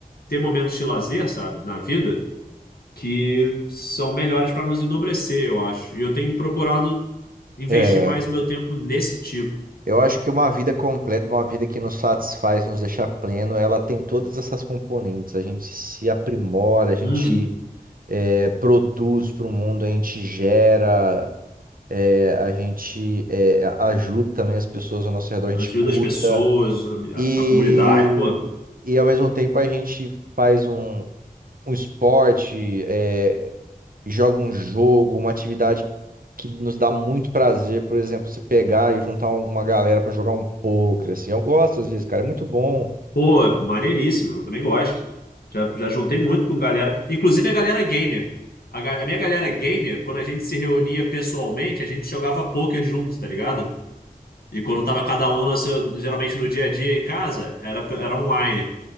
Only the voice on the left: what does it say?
ter momentos de lazer, sabe, na vida que são melhores para nos enobrecer, eu acho. E eu tenho procurado investir
mais meu tempo nesse tipo.
Uhum.
Ajuda
as pessoas,
a, a comunidade, pô.
Pô, maneiríssimo, eu também gosto. Já, já juntei muito com galera, inclusive a galera gamer. A, ga- a minha galera gamer, quando a gente se reunia pessoalmente, a gente jogava poker junto, tá ligado? E quando tava cada um, no seu- geralmente no dia a dia em casa, era, era online.